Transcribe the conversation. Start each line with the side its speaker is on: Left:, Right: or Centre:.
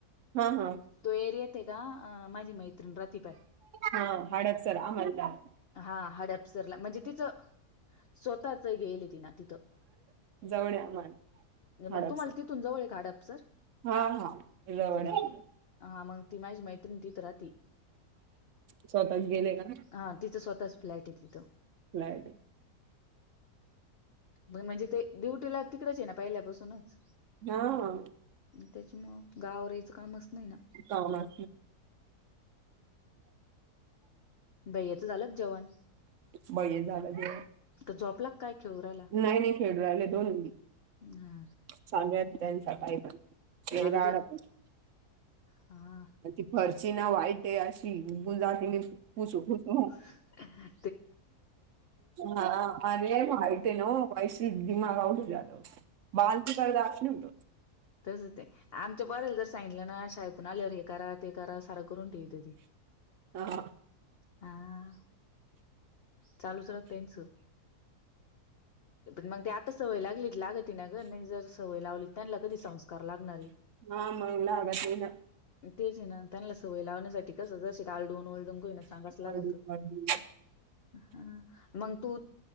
Right: हा हा
Left: तो एअर येते का अ माझी मैत्रिण रहती पाय.
Right: हा हाडप सर आमता <inaudible>
Left: हा हडपसरला. म्हणजे तिचं स्वतःच घेयेले तिना तिथं.
Right: जवळ आहे आम्हाला
Left: मग
Right: हडपसर
Left: तु मला तिथून जवळ काडप सर
Right: हा हा जवळ
Left: ह
Right: आहे
Left: हा मग ती माझी मैत्रीण तीथ राह ती
Right: स्वतःच गेले का
Left: हा तिचं स्वतःच फ्लॅट आहे तिथं
Right: फ्लॅट
Left: मग म्हणजे ते ड्युटीला तिकडच आहे ना पहिल्यापासूनच.
Right: हा
Left: त्याची मग गावरायचं कामच नाही ना.
Right: कावना.
Left: भैयाच झालं जेवण.
Right: बळी झालं ते,
Left: का झोपला का काय खेळू राहिला?
Right: नाही नाही खेळू राहिले दोन्ही.
Left: हा.
Right: सांगेत त्यांचा काही येणार.
Left: आता तो हा
Right: ती फरची ना वाईट आहे अशी गुलादी पुसू पुसू.
Left: ह.
Right: हा. अरे माहिती आहे नव माय शेती मागाय उठत्यात बाल तुका दाखिवलं.
Left: तस ते आमच्या बद्दल जर सांगितलं ना शाळेतून आल्यावर हे करा ते करा सारं करून ठेवते ती.
Right: ह ह ह.
Left: हा. चालूच त्यांचं. पण मग ते आता सवय लागली लागती ना ग. नाही जर सवय लावली त्यांना कधी संस्कार लागणारे.
Right: ह मग लागत नाही ना.
Left: तेच आहे ना त्यांला सवय लावण्यासाठी कस जशी का आलडून वळडून को ना सांगायचं लागत
Right: ऑर्डर ऑर्डर.
Left: हा मग तू